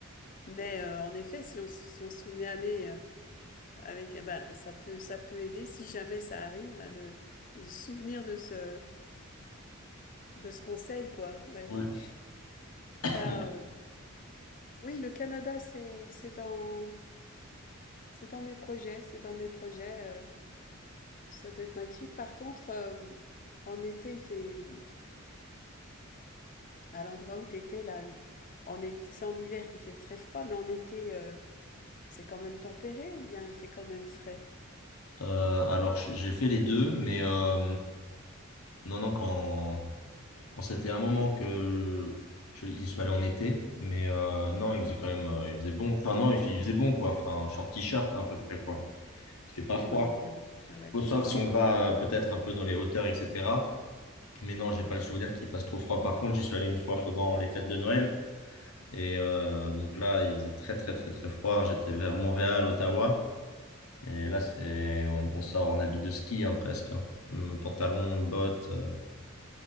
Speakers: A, on the left; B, on the left.
A: Mais euh, en effet, si on, s- si on se souvenait aller euh, avec... eh ben, ça peut, ça peut aider, si jamais ça arrive, ben, de, de se souvenir de ce, de ce conseil, quoi. Ouais.
B: Ouais. <laughs>
A: Il y a, euh, Oui, le Canada, c'est, c'est dans, c'est dans mes projets, c'est dans mes projets. euh, Ça doit être magnifique. Par contre, euh, en été, il fait, à l'endroit où tu étais, là, les- en été, c'est en hiver qu'il fait très froid, mais en été, euh, c'est quand même tempéré ou bien il fait quand même frais?
B: Euh, alors j- j'ai fait les deux, mais euh, non, non, quand bon, c'était un moment que je, j'y suis allé en été, mais euh, non, il faisait quand même euh, il faisait bon. Enfin non, il, fait- il faisait bon quoi. Enfin short t-shirt à peu près quoi. Il fait pas froid.
A: Ouais, c'est bon. Ah ouais,
B: Bon, sauf
A: ouais, ouais.
B: si on va euh, peut-être un peu dans les hauteurs, etc. Mais non, j'ai pas le souvenir qu'il fasse trop froid. Par contre, j'y suis allé une fois pendant les fêtes de Noël. Et euh, donc là, il faisait très, très, très, très froid. J'étais vers Montréal, Ottawa. Et
A: Mm.
B: là, c'est, on, on sort en habit de ski, hein, presque. hein. Hum, Pantalon, bottes. euh.